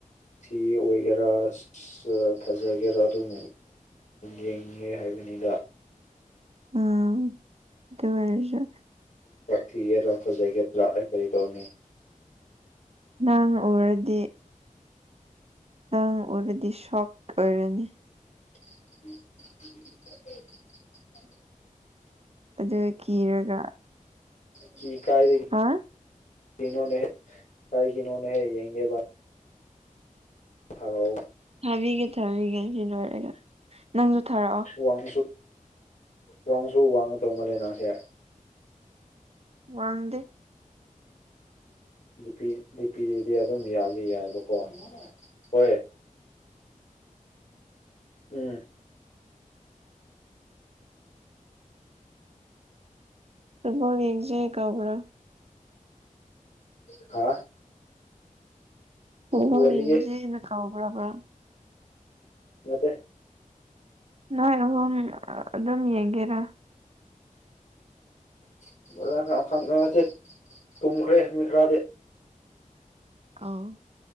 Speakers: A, on the left (about 55°); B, on the right (about 45°).
A: ꯊ ꯑꯣꯏꯒꯦꯔꯥ ꯑꯁ ꯐꯖꯒꯦꯔ ꯑꯗꯨꯝ ꯌꯦꯡꯉꯦ ꯍꯥꯏꯕꯅꯤꯗ
B: ꯎꯝ ꯑꯗꯨ ꯑꯣꯏꯔꯁꯨ
A: ꯊꯤꯒꯦꯔꯥ ꯐꯖꯒꯦꯔꯥ ꯑꯩ ꯀꯔꯤ ꯇꯧꯅꯤ
B: ꯅꯪ ꯎꯔꯗꯤ ꯑꯪ ꯑꯣꯏꯔꯗꯤ ꯁꯛ ꯑꯣꯏꯔꯅꯤ
A: <inaudible>
B: ꯑꯗꯨ ꯀꯤꯔꯒ
A: ꯀꯥꯏ
B: ꯍꯥ
A: ꯀꯣꯅꯦ ꯀꯥꯏ ꯀꯅꯍꯣꯅꯦ ꯍꯥꯏ ꯌꯦꯡꯦ ꯊꯥꯔꯛꯑꯣ
B: ꯊꯥꯕꯤꯒꯦ ꯊꯥꯕꯤꯒꯦ ꯁꯤ ꯂꯣꯏꯔꯒ ꯅꯪꯁꯨ ꯊꯥꯔꯛꯑꯣ
A: ꯋꯥꯡꯁꯨ ꯋꯥꯡꯁꯨ ꯋꯥꯡ ꯇꯧꯕ ꯅꯪꯁꯦ
B: ꯋꯥꯡꯗꯦ
A: ꯅꯨꯄꯤ ꯅꯨꯄꯤꯗꯗꯤ ꯑꯗꯨꯝ ꯌꯥꯗꯤ ꯌꯥꯏꯌꯦꯕꯀꯣ ꯍꯣꯏ ꯎꯝ
B: <inaudible> ꯐꯨꯠꯕꯣꯜ ꯌꯦꯡꯏꯁꯦ ꯀꯥꯎꯕ꯭ꯔꯥ
A: ꯍꯥ
B: ꯐꯨꯠꯕꯣꯜ
A: ꯑꯣꯜꯂꯤꯌꯦ
B: ꯌꯦꯡꯁꯦꯅ ꯀꯧꯕ꯭ꯔꯕ꯭ꯔ
A: ꯅꯠꯇꯦ
B: ꯅꯣꯏ ꯑꯍꯨꯝ ꯑꯗꯨꯝ ꯌꯦꯡꯒꯦꯔ
A: <unintelligible> ꯇꯨꯝꯈ꯭ꯔꯦ ꯃꯤ ꯈꯔꯗꯤ
B: ꯑꯣ